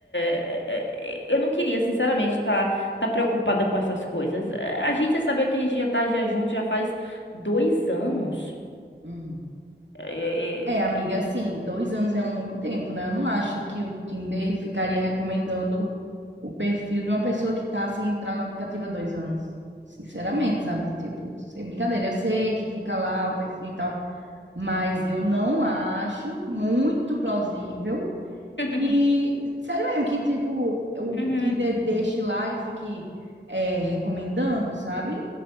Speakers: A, on the left; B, on the right.
A: É, é, é, eu não queria, sinceramente, estar tá, tá preocupada com essas coisas. É, A gente já sabe que a gente já tá já junto já faz dois anos.
B: Uhum.
A: É, é,
B: É, amiga, assim, dois anos é um longo tempo, né? Eu não acho que o Tinder ficaria recomendando o perfil de uma pessoa que tá sem entrar no aplicativo há dois anos. Sinceramente, sabe? Tipo, sem brincadeira. Eu sei que fica lá o perfil e tal. mas eu não acho muito plausível
A: <laughs>
B: que, sério mesmo, que tipo, o
A: Uhum.
B: líder deixe lá e fique é, recomendando, sabe?